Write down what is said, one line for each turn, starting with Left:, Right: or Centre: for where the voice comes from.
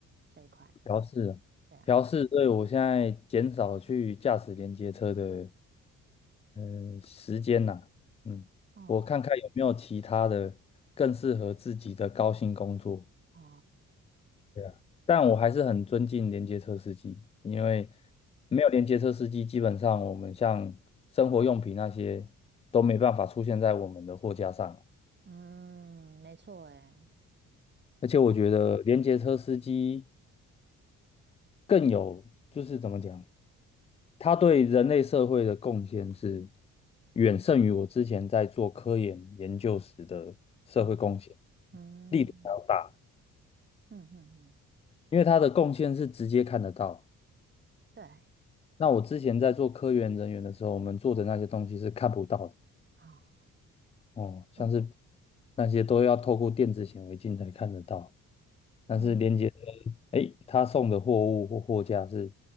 Right: 这一块？
Left: 调试啊，
Right: 对啊，
Left: 调试。所以我现在减少去驾驶连接车的。嗯，时间呐、嗯，
Right: 哦
Left: 我看看有没有其他的更适合自己的高薪工作。
Right: 哦，
Left: 对啊，但我还是很尊敬连接车司机，
Right: 嗯
Left: 因为没有连接车司机，基本上我们像生活用品那些都没办法出现在我们的货架上。
Right: 嗯，嗯没错，诶，
Left: 而且我觉得连接车司机更有，就是怎么讲，他对人类社会的贡献是远胜于我之前在做科研研究时的社会贡献，
Right: 嗯嗯
Left: 力度还要大，
Right: 嗯嗯嗯，
Left: 因为他的贡献是直接看得到。
Right: 对，
Left: 那我之前在做科研人员的时候，我们做的那些东西是看不到的
Right: 好，
Left: 哦，像是
Right: 哦，
Left: 那些都要透过电子显微镜才看得到，但是连接
Right: 嗯
Left: 诶，他送的货物或货架是